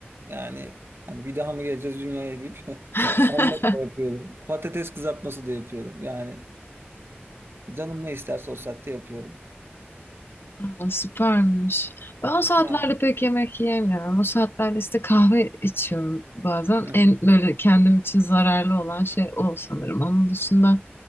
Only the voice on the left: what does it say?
<laughs>
Aa, süpermiş. Ben o saatlerde
pek yemek yiyemiyorum. O saatlerde işte kahve içiyorum bazen.
En böyle kendim için zararlı olan şey o sanırım. Onun dışında